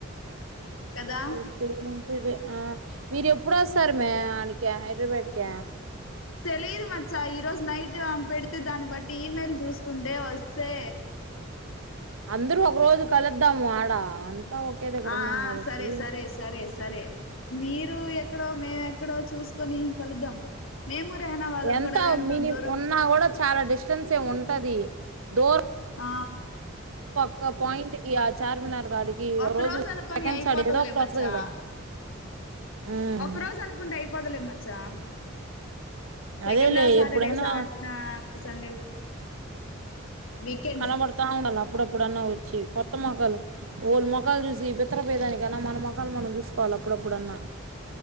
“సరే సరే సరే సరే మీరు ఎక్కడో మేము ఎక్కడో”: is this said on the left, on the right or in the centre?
Left